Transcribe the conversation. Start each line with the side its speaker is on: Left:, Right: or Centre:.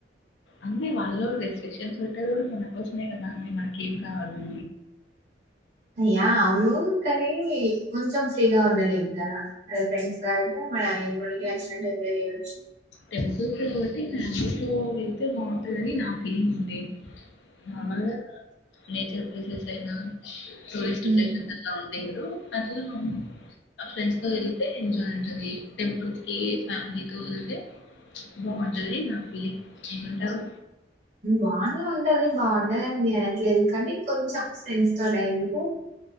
Left: అంటే వాళ్ళు రెస్ట్రిక్షన్స్ పెట్టేది కూడా మనకోసమే కదా అండి మనక ఏం కాదు
Right: అయ్యా అవును కానీ కొంచెం ఫ్రీగా ఉండలేము కదా అదే ఫ్రెండ్స్ తో ఐతే మన మనకి నచ్చిన నట్టు ఎంజాయ్ చేయచ్చు
Left: టెంపుల్స్ కాబట్టి కుటుంబం తో వెళ్తే బాగుంటుందని నా ఫీలింగ్ ఉంది నా వల్లా కాదు నేచర్ ప్లేసెస్ అయినా టూరిస్ట్
Right: ఉమ్.
Left: ప్లేసెస్ ఎ ఉ మీరు అట్లా ఆ ఫ్రెండ్స్ తో వె ఎంజాయ్ ఉంటది టెంపుల్ కి ఫ్యామిలీ తో వెళ్తే బాగుంటది నా ఫీలింగ్ ఏమంటావు
Right: బాగానే ఉంటది బాగుండదడి నేనట్లేదు కానీ కొంచెం ఫ్రెండ్స్ తో గాని అయితే నీకు